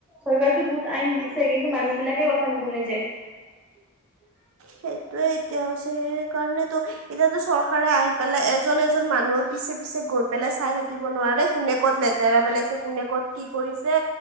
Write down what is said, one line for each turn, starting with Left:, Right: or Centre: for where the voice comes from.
Centre: চৰকাৰতো বহুত আইন দিছে কিন্তু মানুহ বিলাকে কথা নুশুনে যে। <unintelligible>
Right: সেইটোয়ে এতিয়া হৈছে সেইকাৰণেতো এতিয়াতো চৰকাৰে আহি পেলাই এজন এজন মানুহৰ পিছে পিছে গৈ পেলাই চাই থাকিব নোৱাৰে কোনে ক'ত লেতেৰা পেলাইছে কোনে ক'ত কি কৰিছে